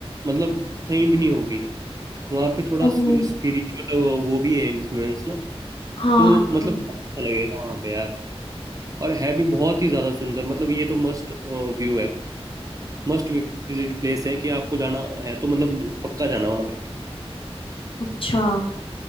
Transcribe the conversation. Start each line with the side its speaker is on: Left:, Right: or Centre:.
Right: मतलब कहीं भी नहीं होगी वहाँ पे थोड़ा
Left: ओहो
Right: स्पिरिचुअल वो भी है इन्फ्लुएंस ना
Left: हाँ
Right: तो
Left: हाँ
Right: मतलब बहुत अच्छा लगेगा वहाँ पे यार और है भी बहुत ही ज़्यादा सुंदर मतलब ये तो मस्ट व्यू है मस्ट विजिट प्लेस है कि आपको जाना है तो मतलब पक्का जाना वहाँ पे
Left: अच्छा